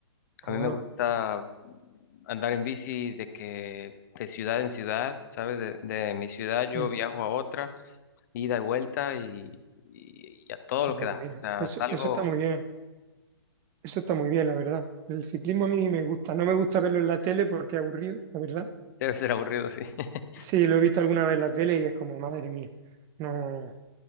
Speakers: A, on the right; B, on the left.
A: Ah,
B: A mí me gusta andar en bici de que de ciudad en ciudad, ¿sabes? De, de mi ciudad
A: sí.
B: yo viajo a otra, ida y vuelta y, y, y a todo
A: Ah,
B: lo que
A: pues
B: da.
A: mira,
B: O sea,
A: eso,
B: salgo,
A: eso está muy bien, eso está muy bien, la verdad. El ciclismo a mí me gusta, no me gusta verlo en la tele porque es aburrido, la verdad.
B: debe ser aburrido, sí. <laughs>
A: Sí, lo he visto alguna vez en la tele y es como, madre mía, no.